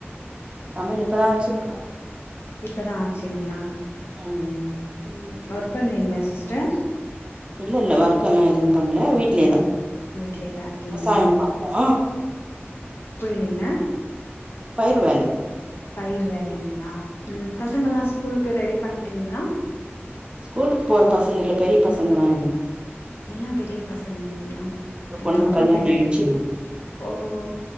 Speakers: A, on the right; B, on the left.
A: சமையல் இப்பதா வச்சிருக்குற
B: இப்போதா ஆச்சுங்களா
A: ம்.
B: ம் ஒர்க் பண்ணறீங்களா சிஸ்டர்
A: இல்ல இல்ல வர்க்கெல்லா எதுவு பண்ல வீடலயேதா
B: ம் வீட்லயே தா இருக்கீங்களா
A: விவசாயோ பறோ
B: புரியிலிங்க
A: பயிருவேல
B: பயிரு வேலைங்களா ம் பசங்கள்லா ஸ்கூலுக்கு ரெடி பண்ணிட்டிங்களா
A: ஸ்கூலுக்கு போற பசங்க இல்ல பெரிய பசங்க தா எனக்கு
B: எல்லா பெரிய பசங்கங்களா
A: ஒரு
B: அய்யோ
A: பொண்ணுக்கு
B: ரொம்ப
A: கல்யாண
B: பெ
A: ஆயிடுச்சுங்க
B: ஒ ஓ